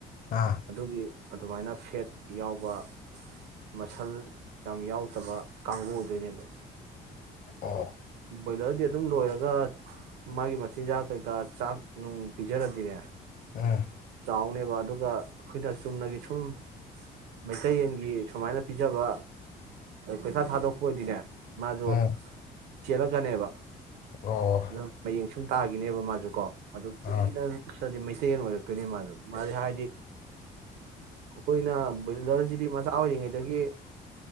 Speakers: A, on the left; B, on the right.
A: ꯑꯥ
B: ꯑꯗꯨꯒꯤ ꯑꯗꯨꯃꯥꯏꯅ ꯐꯦꯠ ꯌꯥꯎꯕ ꯃꯁꯜ ꯌꯥꯝ ꯌꯥꯎꯗꯕ ꯀꯥꯡꯕꯨ ꯑꯣꯏꯗꯣꯏꯅꯦꯕ
A: ꯑ
B: ꯣꯏꯂꯔꯗꯤ ꯑꯗꯨꯝ ꯂꯣꯏꯔꯦ ꯈ ꯃꯥꯒꯤ ꯃꯆꯤꯟꯖꯥꯛ ꯀꯩꯀꯥ ꯆꯥꯛ ꯅꯨꯡ ꯄꯤꯖꯔꯗꯤꯅꯦ
A: ꯎꯝ
B: ꯐꯥꯎꯅꯦꯕ ꯑꯗꯨꯒ ꯑꯩꯈꯣꯏꯅ ꯆꯨꯝꯅꯒꯤ ꯁꯨꯝ ꯃꯩꯇꯩꯌꯦꯟꯒꯤ ꯁꯨꯃꯥꯏꯅ ꯄꯤꯖꯕ ꯄꯩꯁꯥ ꯊꯥꯗꯣꯛꯄ ꯑꯣꯏꯗꯤꯅꯦ ꯃꯥꯁꯨꯣ
A: ꯎꯝ
B: ꯆꯤꯂꯀꯅꯦꯕ
A: ꯑꯣ
B: ꯑꯗꯣ ꯍꯌꯦꯡ ꯁꯨꯝ ꯇꯥꯈꯤꯅꯦꯕ ꯃꯥꯁꯨ ꯀꯣ ꯑꯗ
A: ꯑꯥ
B: ꯀ ꯃ ꯑꯣꯏ ꯃꯥ ꯃꯥꯁ ꯍꯥꯏꯗꯤ ꯑꯩꯈꯣꯏꯅ ꯗꯤꯆꯥ ꯍꯧꯔꯤꯉꯩꯗꯒꯤ